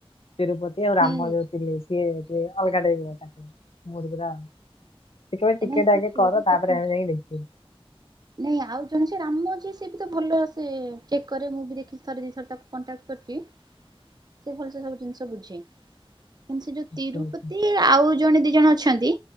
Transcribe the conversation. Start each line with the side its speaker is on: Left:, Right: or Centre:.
Left: ତିରୁପତି ଆଉ ରାମ
Right: ହୁଁ
Left: ଜୋ ସିଏ ଗୋଟେ ଅଲଗାଟେ ତାକୁ ମୁରଗା ସେ କେବେ ଟିକେଟ
Right: ଏ ନାଇଁ
Left: ଟ
Right: ସେ
Left: ଆଗେ
Right: ତିରୁପତି
Left: କର ତାପରେ ଆମେ ଯାଇକି ଦେଖିବୁ
Right: ନାଇଁ ଆଉ ଜଣେ ସେ ରାମ ଅଛି ସେ ବି ତ ଭଲ ସେ ଚେକ୍ କରେ ମୁଁ ବି ଦେଖି ଥରେ ଦିଇ ଥରେ ତାକୁ କଣ୍ଟାକ୍ଟ କରିଛି।
Left: ହ
Right: ସେ ଭଲ ସେ ସବୁ ଜିନିଷ ବୁଝେ। ସେ ଯୋଉ ତିରୁପତି
Left: ହୁଁ, ହୁଁ,
Right: ଆଉ ଜଣେ ଦି ଜଣ ଅଛନ୍ତି